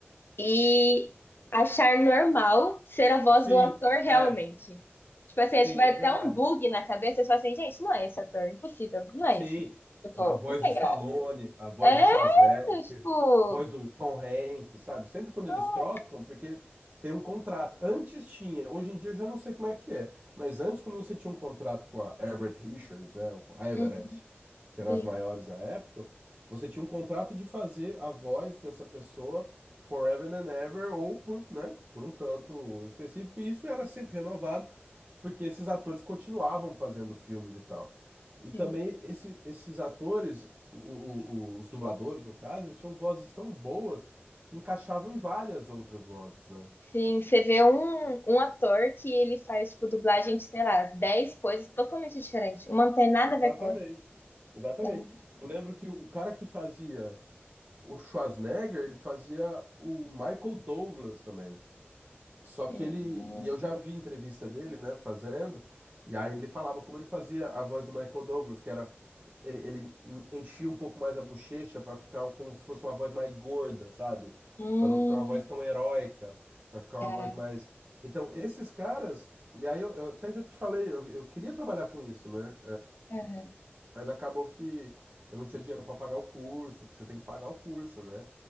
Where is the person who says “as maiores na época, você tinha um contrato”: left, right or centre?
Right